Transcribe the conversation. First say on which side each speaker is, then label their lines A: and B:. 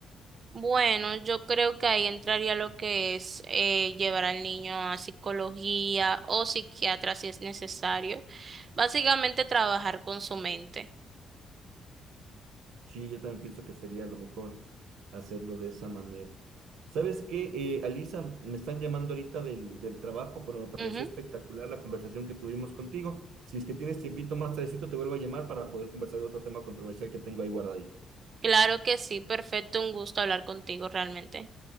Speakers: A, on the right; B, on the right.
A: Bueno, yo creo que ahí entraría lo que es eh, llevar al niño a psicología o psiquiatra si es necesario. Básicamente trabajar con su mente.
B: Sí, yo también pienso que sería lo mejor hacerlo de esa manera. ¿Sabes qué, eh, Alisa? Me están llamando ahorita del, del trabajo, pero me pareció
A: Ujú.
B: espectacular la conversación que tuvimos contigo. Si es que tienes tiempito más tardecito, te vuelvo a llamar para poder conversar de otro tema controversial que tengo ahí guardadito.
A: Claro que sí, perfecto, un gusto hablar contigo realmente.